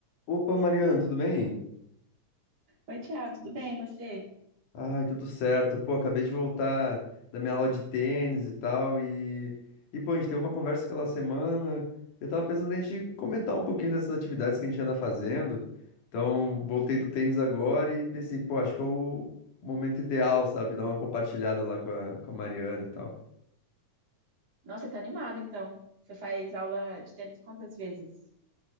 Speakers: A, on the left; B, on the right.
A: Opa, Mariana, tudo bem?
B: Oi, Thiago, tudo bem? e Você?
A: Ai, tudo certo. Pô, acabei de voltar da minha aula de tênis e tal. E, e pô, a gente teve uma conversa aquela semana. Eu tava pensando em te comentar um pouquinho dessas atividades que a gente anda fazendo. Então, voltei do tênis agora e pensei, pô, acho que é o momento ideal, sabe? Dar uma compartilhada lá com a, com a Mariana e tal.
B: Nossa, você tá animado, então. Você faz aula de tênis quantas vezes?